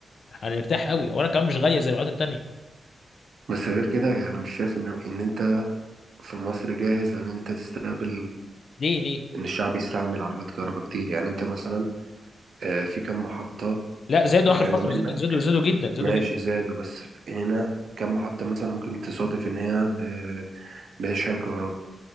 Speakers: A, on the left (about 55°); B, on the right (about 60°).
A: هنرتاح قوي وانا كمان مش غاليه زي العربيات التانيه
B: بس غير كده يعني مش شايف ان ان انت في مصر جاهز لان انت تستقبل
A: ليه ليه
B: ان الشعب يستعمل عربيات كهرباء كتير يعني انت مثلا آه، في كم محطة
A: لا زادوا
B: قريبة
A: اخر فتره
B: منك
A: زادوا زادوا زادوا جدا زادوا
B: ماشي
A: جدا
B: زادوا بس هنا كم محطة مثلا ممكن تصادف ان هي ب- بتشحن كهرباء